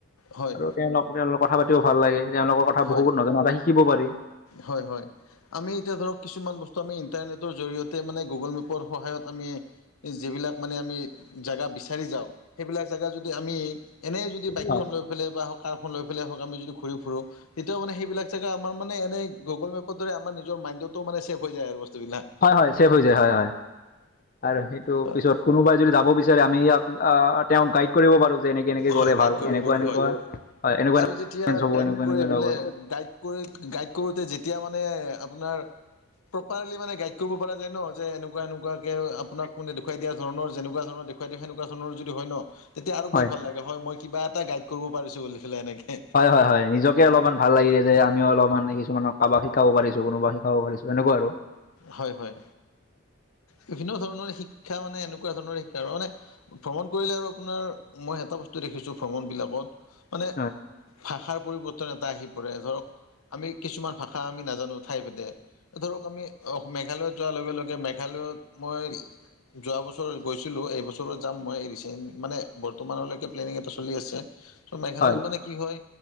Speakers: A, on the left; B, on the left.
A: হয়
B: আৰু তেওঁলোক তেওঁলোক কথা পাতিও ভাল লাগে, তেওঁলোকৰ কথা
A: হয়
B: বহুত নজনা এটা শিকিব পাৰি।
A: হয় হয়। আমি এতিয়া ধৰক কিছুমান বস্তু আমি ইণ্টাৰনেটৰ জৰিয়তে মানে গুগল মেপৰ সহায়ত আমি যিবিলাক মানে আমি জাগা বিচাৰি যাওঁ সেইবিলাক জাগা যদি আমি এনেই যদি বাইকখন
B: হয়,
A: লৈ পেলাই বা হওক কাৰখন লৈ পেলাই হওক আমি যদি ঘূৰি ফুুৰো তেতিয়াও মানে সেইবিলাক জাগা আমাৰ মানে এনেই গুগল মেপৰ দৰে আমাৰ নিজৰ মাইন্ডোটো মানে চেভ হৈ যায় আৰু বস্তু বিলাক।
B: হয় হয় ছেভ হৈ যায় হয় হয়। আৰু সেইটো
A: হয়
B: পিছত কোনোবাই যদি যাব বিচাৰে আমি ইয়াক আ তেওঁক গাইড কৰিব পাৰো যে এনেকে এনেকে গ'লে
A: হয় গাইড
B: ভাল,
A: কৰিব
B: এনেকোৱা
A: পাৰো
B: এনেকোৱা
A: হয়
B: হয় এনেকোৱা
A: আৰু যেতিয়া
B: <unintelligible> হব
A: গাইড কৰি
B: এনেকুৱা যাব
A: পেলাই
B: পাৰোঁ
A: গাইড কৰি গাইড কৰোতে যেতিয়া মানে আপোনাৰ প্ৰপাৰলি মানে গাইড কৰিব পৰা যায় ন যে এনেকুৱা এনেকুৱাকে আপোনাক দেখুৱাই দিয়া ধৰণৰ যেনেকুৱা ধৰণৰ দেখুৱাই দিয়ে সেনেকোৱা ধৰণৰ যদি হয় ন, তেতিয়া আৰু
B: হয়
A: বহুত ভাল লাগে হয় মই কিবা এটা গাইড কৰিব পাৰিছো বুলি পেলাই এনেকে।
B: হয় হয় হয় নিজকে অলপমান ভাল লাগিলে যে আমিও অলপমান কিছুমানক কাবাক শিকাব পাৰিছো কোনোবা শিকাব পাৰিছো এনেকুৱা আৰু।
A: হয় হয় বিভিন্ন ধৰণৰ শিক্ষা মানে এনেকুৱা ধৰণৰ শিক্ষা আৰু মানে ভ্ৰমণ কৰিলে আৰু আপোনাৰ মই এটা বস্তু দেখিছো ভ্ৰমণ বিলাকত মানে
B: হয়
A: ভাষাৰ পৰিৱৰ্তন এটা আহি পৰে, ধৰক আমি কিছুমান ভাষা আমি নাজানো ঠাই ভেদে, ধৰক আমি মেঘালয়ত যোৱাৰ লগে লগে মেঘালয়ত মই যোৱা বছৰ গৈছিলোঁ এইবছৰৰত যাম মই ৰিচেণ্ট মানে বৰ্তমানলৈকে প্লেনিং এটা চলি আছে। ত মেঘালয়ত
B: হয়
A: মানে কি হয়